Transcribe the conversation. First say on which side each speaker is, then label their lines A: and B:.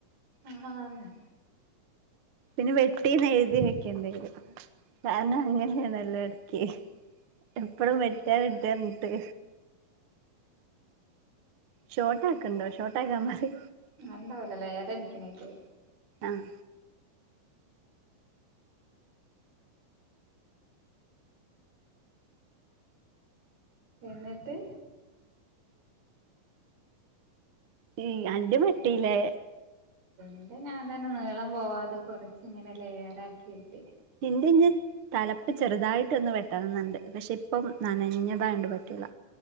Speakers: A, on the right; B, on the right.
A: ആഹ്‌.
B: പിന്നെ വെട്ടിന്ന് എഴുതി വെക്കേണ്ടിവരും കാരണം അങ്ങനെയണല്ലോ എടക്ക് എപ്പഴും വെട്ടാ വെട്ടാ മുട്ട് ഷോർട്ടാക്കണ്ട ഷോർട്ടാക്കാൻ പറി.
A: അങ്ങന ഉണ്ടാവലല്ലേ ഏരടിക്കണായിട്ട്
B: ആഹ്‌.
A: എന്നിട്ട്
B: ഈ അന്റെ വെട്ടില്ലേ
A: ന്ത ഞാൻ തന്നെ നീളം പോവാതെ കൊറച്ച് ഇങ്ങനെ ലെയറാക്കി വെട്ടി
B: എന്തഞ് തലപ്പ് ചെറുതായിട്ട് ഒന്ന് വെട്ടണം എന്നുണ്ട് പക്ഷെ ഇപ്പം നനഞ്ഞതായിണ്ട് പറ്റൂല